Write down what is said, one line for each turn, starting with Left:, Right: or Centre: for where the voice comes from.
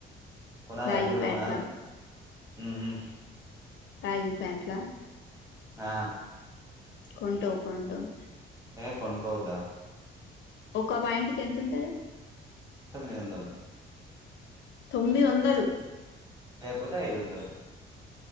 Right: కొనాలి
Left: బ్యాగీ
Right: అవి కూడా
Left: ప్యాంట్లా
Right: కొనాలి ఉ ఉ
Left: ఐదు ప్యాట్లా
Right: ఆ
Left: కొంటావ్ కొంటావ్
Right: యే కొనుకొవద్దా
Left: ఒక ప్యాంటుకి ఎతుంటది
Right: తొమ్మిదీ వందలు
Left: తొమ్మిది వందలు
Right: లేపోతే ఐదు వందలు